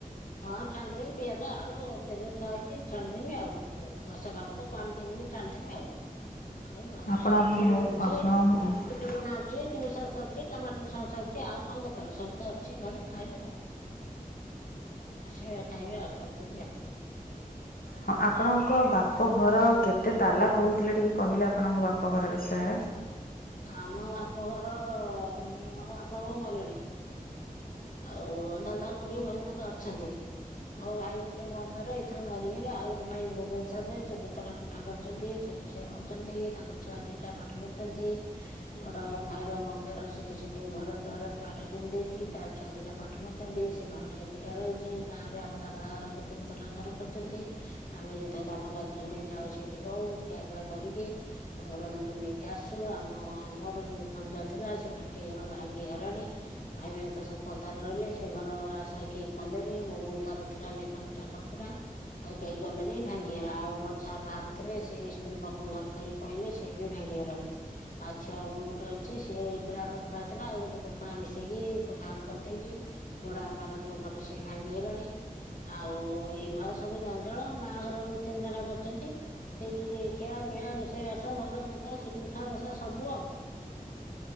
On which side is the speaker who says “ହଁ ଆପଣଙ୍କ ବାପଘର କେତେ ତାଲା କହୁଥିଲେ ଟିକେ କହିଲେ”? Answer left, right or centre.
Left